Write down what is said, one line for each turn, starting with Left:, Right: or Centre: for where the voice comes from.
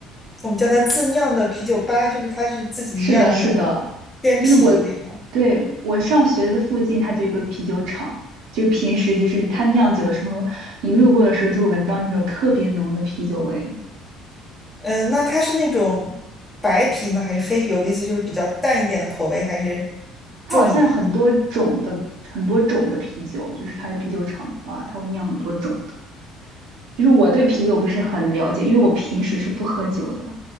Centre: 我们叫它自酿的啤酒吧，就是它是自己酿的
Right: 是的，是的，
Centre: 鲜啤那种。
Right: 就是我，对，我上学的附近，它就有一个啤酒厂，就平时就是它酿酒的时候，你路过的时候就会闻到那种特别浓的啤酒味。
Centre: 嗯，那它是那种白啤呢，还是黑啤？我的意思就是比较淡一点的口味，还是
Right: 它好像有很多种的，
Centre: 重一点？
Right: 很多种的啤酒，就是它的啤酒厂的话，它会酿很多种的。就是我对啤酒不是很了解，因为我平时是不喝酒的。